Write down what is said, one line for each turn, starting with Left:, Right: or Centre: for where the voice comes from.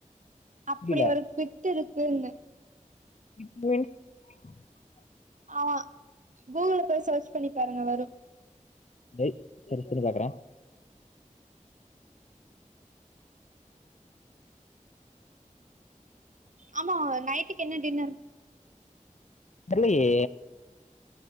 Right: அப்பிடி
Left: புரில
Right: ஒர் பித் ட்டு இருக்குன்னு
Left: <unintelligible>
Right: ஆ கூகுள போய் ஷர்ச் பண்ணி பாருங்க வரு
Left: டேய் செரி பண்ணி பாக்குறே
Right: ஆமா நைட்டுக்கு என்ன டின்னர்?
Left: தெர்லயே